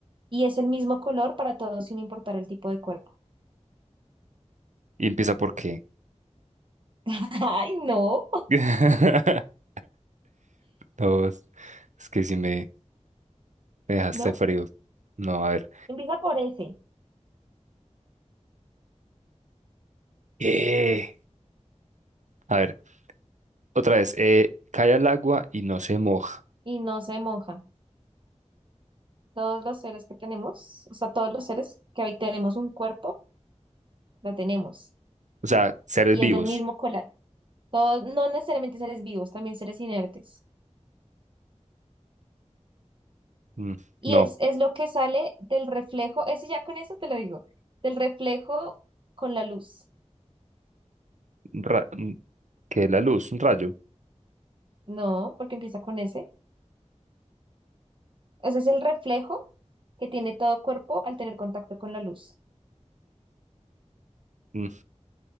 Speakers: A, on the right; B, on the right.
A: y es el mismo color para todos sin importar el tipo de cuerpo.
B: y empieza por qué.
A: <laughs> Ay, no,
B: <laughs> No, es es que si me, me dejaste
A: no,
B: frío. No, a ver.
A: empieza por ese
B: Eh, a ver, otra vez. Eh, cae al agua y no se moja.
A: y no se moja. Todos los seres que tenemos, o sea, todos los seres que hoy tenemos un cuerpo, lo tenemos.
B: O sea, seres
A: y
B: vivos.
A: es del mismo colar. Todos, no necesariamente seres vivos, también seres inertes.
B: Mm,
A: Y
B: no,
A: es, es lo que sale del reflejo, ese ya con eso te lo digo, del reflejo con la luz.
B: ra- mm, que la luz, un rayo.
A: No, porque empieza con ese. O sea, es el reflejo que tiene todo cuerpo al tener contacto con la luz,
B: Mm,